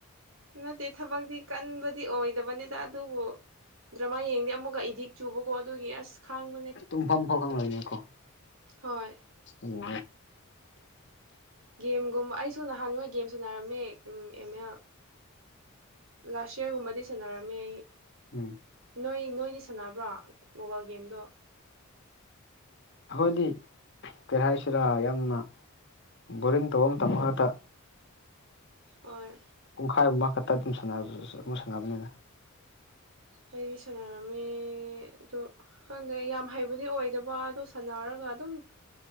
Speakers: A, on the right; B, on the left.
A: ꯅꯠꯇꯦ ꯊꯕꯛꯇꯤ ꯀꯟꯕꯗꯤ ꯑꯣꯏꯗꯕꯅꯤꯗ ꯑꯗꯨꯕꯨ ꯗ꯭ꯔꯃꯥ ꯌꯦꯡꯗꯦ ꯑꯃꯨꯛꯀ ꯑꯦꯗꯤꯛ ꯆꯨꯕꯀꯣ ꯑꯗꯨꯒꯤ ꯑꯁ ꯈꯥꯡꯕꯅꯦ
B: ꯇꯨꯡꯐꯝ ꯊꯣꯐꯥꯎ ꯈꯣꯏꯅꯦꯀꯣ
A: ꯍꯣꯏ
B: ꯎ
A: ꯒꯦꯝꯒꯨꯝꯕ ꯑꯩꯁꯨ ꯅꯍꯥꯟꯋꯥꯏ ꯒꯦꯝ ꯁꯥꯟꯅꯔꯝꯃꯦ ꯑꯦꯝ ꯑꯦꯜ ꯂꯥꯁ ꯌꯔꯒꯨꯝꯕꯗꯤ ꯁꯥꯟꯅꯔꯝꯃꯦ ꯑꯩ
B: ꯎꯝ
A: ꯅꯣꯏ ꯅꯣꯏꯗꯤ ꯁꯥꯟꯅꯕ꯭ꯔꯣ ꯃꯣꯕꯥꯏꯜ ꯒꯦꯝꯗꯣ
B: ꯑꯩꯈꯣꯏꯗꯤ ꯀꯩ ꯍꯥꯏꯁꯤꯔꯥ ꯌꯥꯝꯅ ꯕꯣꯔꯤꯡ ꯇꯧꯕ ꯃꯥꯇꯝ ꯉꯥꯛꯇ
A: ꯍꯣꯏ
B: ꯄꯨꯡꯈꯥꯏ ꯑꯨꯝ ꯈꯛꯇ ꯑꯗꯨꯝ ꯁꯥꯟ ꯑꯃꯨꯛ ꯁꯥꯟꯅꯕꯅꯤꯅ
A: ꯑꯩꯗꯤ ꯁꯥꯟꯅꯔꯝꯃꯦ ꯑꯗꯣ ꯈꯪꯗꯦ ꯌꯥꯝ ꯍꯩꯕꯗꯤ ꯑꯣꯏꯗꯕ ꯑꯗꯨ ꯁꯥꯟꯅꯔꯒ ꯑꯗꯨꯝ